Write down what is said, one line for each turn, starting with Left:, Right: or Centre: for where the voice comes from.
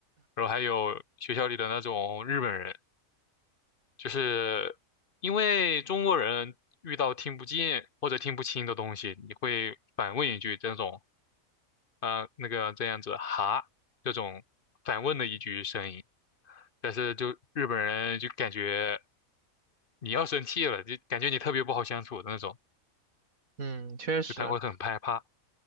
Left: 然后还有学校里的那种日本人，就是因为中国人遇到听不见或者听不清的东西，你会反问一句这种，呃，那个这样子哈这种反问的一句声音，但是就日本人就感觉你要生气了，就感觉你特别不好相处的那种，
Right: 嗯，确实。
Left: 就他会很害怕。